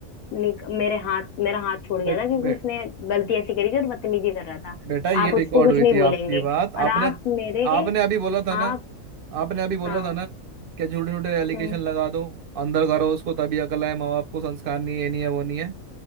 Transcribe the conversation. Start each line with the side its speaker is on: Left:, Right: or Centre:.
Left: निक, मेरे हाथ मेरा हाथ छूट
Right: बे,
Left: गया था क्योंकि
Right: बे,
Left: उसने गलती ऐसी करी थी और बदतमीजी कर रहा था
Right: बेटा ये
Left: आप
Right: रिकॉर्ड
Left: उसको कुछ
Right: हुई
Left: नहीं
Right: थी
Left: बोलेंगे
Right: आपकी बात
Left: और
Right: आपने
Left: आप मेरे
Right: आपने अभी बोला था
Left: आप
Right: ना आपने अभी बोला
Left: हाँ
Right: था ना कि झूठे झूठे एलिगेशन
Left: हम्म
Right: लगा दो अंदर करो उसको तभी अकल आए माँ बाप को संस्कार नहीं है ये नहीं है वो नहीं है